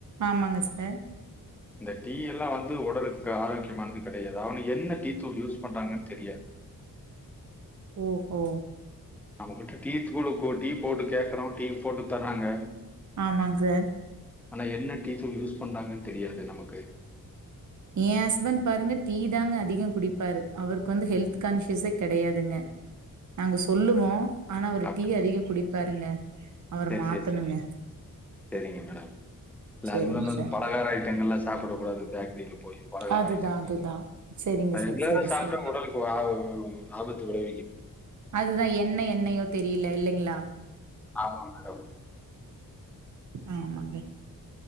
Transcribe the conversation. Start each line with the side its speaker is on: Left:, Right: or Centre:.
Right: ஆமாங்க சார்
Centre: இந்த டீ எல்லாம் வந்து உடலுக்கு ஆரோக்கயமானது கெடையாது அவனுக என்ன டீ தூள் யூஸ் பண்றாங்கன்னு தெரியாது
Right: ஓ ஓ
Centre: நம்மகிட்ட டீதூள் கொட்டி டீ போட்டு கேக்கறோம் டீ போட்டு தர்றாங்க
Right: ஆமாங்க சார்
Centre: ஆனா என்ன டீ தூலள் யூஸ் பண்றாங்கன்னு தெரியாது நமக்கு
Right: என் ஹஸ்பண்ட் பாருங்க டீ தாங்க அதிகம் குடிப்பாரு அவருக்கு வந்து ஹெல்த் கான்சியஸே கெடையாதுங்க நாங்க சொல்லுவோம் ஆனா அவரு
Centre: அப்
Right: டீ அதிகம் குடிப்பாருங்க அவர
Centre: சரி
Right: மாத்தணுங்க.
Centre: சரி ச சரிங்க மேடம் இல்ல
Right: சரிங்க
Centre: அது மூலம் வந்து
Right: சார்.
Centre: பலகார ஐட்டங்கள் எல்லாம் சாப்படக்க கூடாது பேக்ரில போய் பலகார
Right: அதுதான்,
Centre: ஐட்டங்கள்
Right: அதுதான். சரிங்க
Centre: அது
Right: சார்.
Centre: ரெகுலரா
Right: சரி,
Centre: சாப்பிட்டா
Right: சரி.
Centre: உடலுக்கு ஆபத்து விளை
Right: அதுதான் எண்ண எண்ணயோ தெரீலெ இல்லைங்ளா
Centre: ஆமா மேடம்
Right: ஆமாங்க